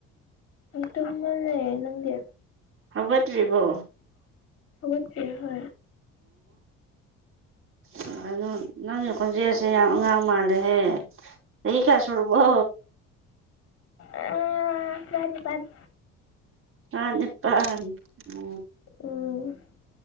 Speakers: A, on the left; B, on the right.
A: ꯇꯨꯝꯃꯥ ꯂꯩꯔꯦ ꯅꯪ ꯗꯤ
B: ꯍꯧꯒꯠꯇ꯭ꯔꯤꯕꯣ
A: ꯍꯧꯒꯠꯇꯔꯤꯕꯣ
B: ꯑꯣꯩꯅꯣ ꯅꯪꯒꯤ ꯈꯣꯟꯖꯦꯜꯁꯦ ꯌꯥꯝ ꯑꯉꯥꯡ ꯃꯥꯜꯂꯦꯍꯦ ꯆꯍꯤ ꯀꯥ ꯁꯨꯔꯕꯣ
A: ꯑ ꯐꯅꯤ ꯐꯅꯤ
B: ꯔꯥꯅꯤꯄꯥꯜ ꯎ
A: ꯎꯝ